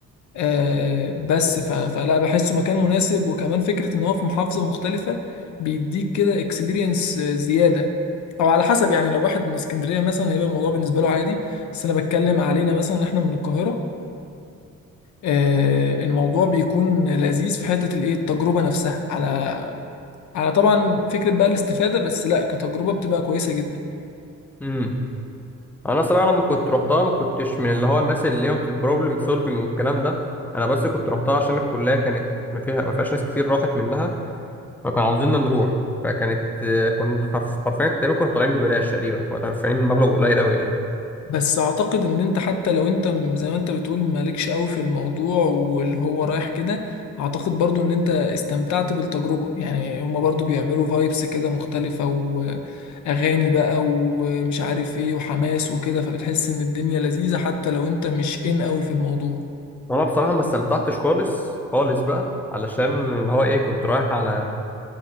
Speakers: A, on the left; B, in the centre.
A: آه، بس ف- فلا بحسه مكان مناسب وكمان فكرة ان هو في محافظة مختلفة بيديك كده اكسبيرينس زيادة او على حسب يعني لو واحد من اسكندرية مثلا هيبقى الموضوع بالنسبة له عادي بس انا بتكلم علينا مثلا احنا من القاهرة آه، الموضوع بيكون لذيذ في حتة الايه التجربة نفسها على على طبعا فكرة بقى الاستفادة بس لا كتجربة بتبقى كويسة جدا
B: امم انا صراحه لما كنت روحتها ما كنتش من اللي هو الناس اللي ليهم في البروبلم سولفنج والكلام ده انا بس كنت روحتها عشان الكليه كانت ما فيها ما فيهاش ناس كتير راحت منها فكانوا عاوزيننا نروح فكانت آه، كنا حرف- حرفيا تقريبا كنا طالعين ببلاش تقريبا كنا دافعين مبلغ قليل قوي يعني
A: بس اعتقد ان انت حتى لو انت م- زي ما انت بتقول مالكش قوي في الموضوع واللي هو رايح كده اعتقد برضو ان انت استمتعت بالتجربة يعني هما برضو بيعملوا فايبس كده مختلفة واغاني بقى ومش عارف ايه وحماس وكده فبتحس ان الدنيا لذيذة حتى لو انت مش ان قوي في الموضوع
B: وانا بصراحه ما استمتعتش خالص خالص بقى علشان اللي هو ايه كنت رايح على